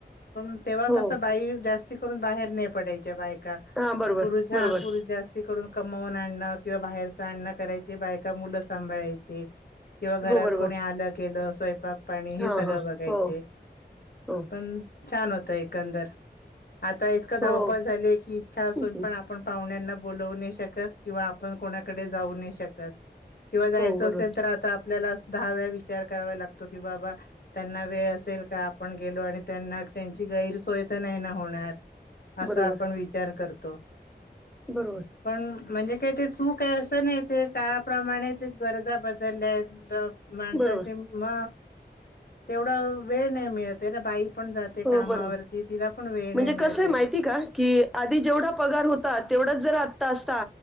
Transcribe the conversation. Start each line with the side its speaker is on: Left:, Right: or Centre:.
Left: पण तेव्हा
Centre: हो.
Left: कसं बाई जास्त जास्तीकरून बाहेर नाही पडायच्या बाई. <unintelligible>
Centre: हां, बरोबर.
Left: पुरुष हा
Centre: बरोबर.
Left: पुरुष जास्ती करून कमवून आणणं किंवा बाहेरच आणं करायची बाय मुलं सांभाळायचे. किंवा घरात
Centre: हो, बरोबर.
Left: कोणी आलं गलं. स्वयपाक? पाणी हे
Centre: हा
Left: सगळं
Centre: हा
Left: बघायचे,
Centre: हो हो
Left: पण छान होत. ते एकंदर आता इतकं धावपळ
Centre: हो
Left: झालीय की इच्छा असून
Centre: हो
Left: पण आपण पाहुण्यांना बोलवू नाही शकत किंवा आपण कोणाकडे जाऊ नाही शकत. किंवा जायचं
Centre: बरोबर
Left: असेल तर आता आपल्याला दहा वेळा विचार करावा लागतो की बाबा त्यांना वेळ असेल का आपण गेलो आणि त्यांना त्यांची गैरसोय तर नाही ना होणार. असा
Centre: बरोबर
Left: आपण विचार करतो. त.
Centre: बरोबर
Left: पण म्हणजे. काय ते चू काय असं ना ते का प्रमाणे ते गरजा बदलल्यात माणसाचे
Centre: बरोबर
Left: म तेवढं वेळ नाही मिळते ना बाई पण जाते
Centre: हो
Left: कामावरती
Centre: बरोबर
Left: तिला पण वेळ
Centre: म्हणजे
Left: नाही मिळते
Centre: कसं आहे माहिती का की आधी जेवढा पगार होता तेवढाच जर अस